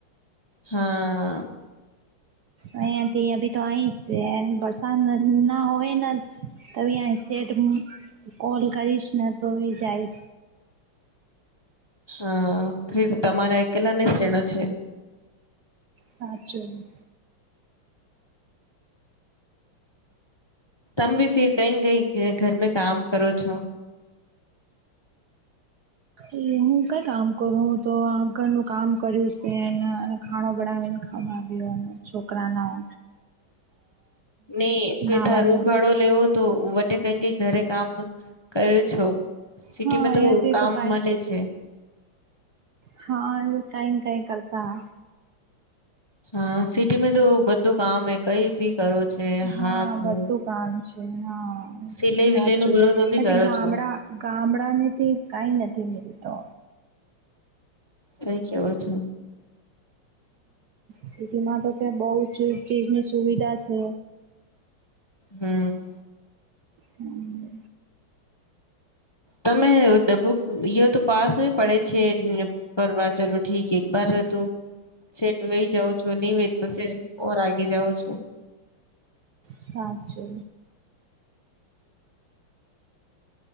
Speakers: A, on the left; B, on the right.
A: હા.
B: અહીયાથી અભી તો આઈ સે વરસાદ ન ના હોય ન તો અયા સેટ કોલ કરીશ ને તો એ જાય.
A: હા ફિર તમારે અકેલા ને જ રેનો છે.
B: સાચું.
A: તમ ભી ફીર કઇ કઈ ઘ ઘરમે કામ કરો છો.
B: એ હું કઈ કામ કરું હું તો ઘરનું કામ કર્યું છેન અ ખાણો બનાવીને ખામાંવ્યો અને છોકરાના
A: ને પેધા
B: નાવાનું
A: રૂમવાળો લેવો તો વટે કઈ કઈ ઘરે કામ કરે છો. સિટીમાં
B: હા અહીંયાથી
A: તો કામ
B: કાંઈ
A: મલે છે.
B: હા કાઈ ન કાઈ કરતા
A: હા સિટીમાં તો બધું કામ હ કઈ ભી કરો છે હાથ
B: હા બધું
A: નું
B: કામ છે હા
A: સિલાઈ
B: સાચું
A: વિલાઈ નું કરો તો બી
B: અતે
A: કરો
B: ગામડા
A: છો
B: ગામડા નીથી કાઈ નથી મેંલતો
A: થઈ કેવો છો.
B: સિટીમાં તો તે બહુજ ચીજની સુવિધા છે.
A: હમ્મ
B: હમ્મ
A: તમે ડબો તો <unintelligible> પાસ પડે છે પરવા ચલો ઠીક એકબાર તો સેટ વહી જાવ છો નિવેત પછી ઓર આગે જાઉ છુ.
B: સાચો